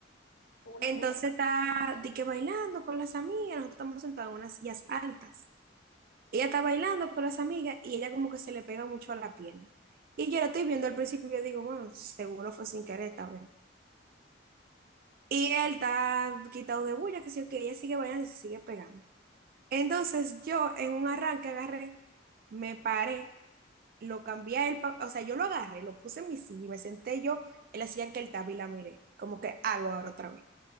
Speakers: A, on the left; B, on the right.
A: con una
B: Entonces
A: fuga
B: está di que bailando con las amigas, nosotros estamos sentados en unas sillas altas. Ella está bailando con las amigas y ella como que se le pega mucho a la pierna. Y yo lo estoy viendo al principio y yo digo, bueno, seguro fue sin querer también. Y él está quitado de bulla, que sí, que ella sigue bailando y se sigue pegando. Entonces yo en un arranque agarré, me paré, lo cambié a él, pa- o sea, yo lo agarré, lo puse en mi silla y me senté yo en la silla que él estaba y la miré, como que algo ahora otra vez.